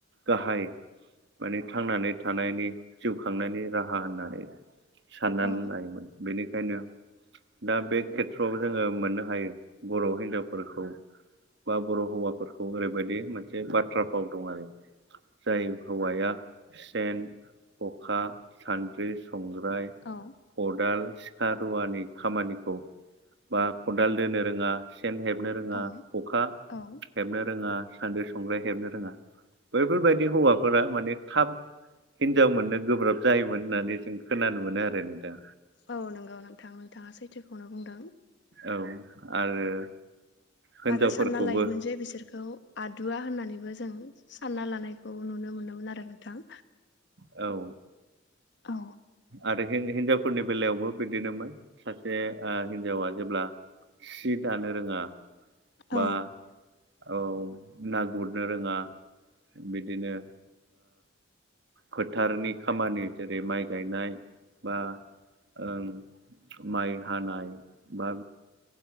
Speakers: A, on the right; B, on the left.
A: गाहाय माने थांनानै थानायनि जिउ खांनायनि राहा होननानै साननानै
B: औ
A: लायोमोन बेनिखायनो दा बे खेथ्र'आव जोङो मोननो हायो बर' हिनजावफोरखौ बा बर' हौवाफोरखौ ओरैबायदि मोनसे बाथ्रा फाव दं आरो जाय हौवाया सेन, खखा, सान्द्रि, संग्राय
B: औ
A: खदाल, सिखा, रुवानि खामानिखौ बा खदाल दोनो रोङा सेन हेबनो रोङा
B: औ
A: खखा
B: औ
A: हेबनो रोङा साद्रि -संग्राय हेबनो रोङा बैफोरबायदि हौवाफोरा माने थाब हिनजाव मोननो गोब्राब जायोमोन होननानै जों खोनानो मोनो आरो नोंथां
B: औ नंगौ नोंथां नोंथाङा सैथोखौनो बुंदों।
A: औ आरो हिनजावफोरखौबो
B: आरो सानना लायोमोन जे बिसोरखौ आदुवा होननानैबो जों सानना लानायखौ नुनो मोनोमोन आरो नोंथां।
A: औ
B: औ
A: आरो हिनजावफोरनि बेलायावबो बिदिनोमोन सासे हिनजावा जेब्ला सि दानो रोङा बा
B: औ
A: औ ना गुरनो रोङा बिदिनो फोथारनि खामानि जेरै- माइ गायनाय बा ओं माइ हानाय बा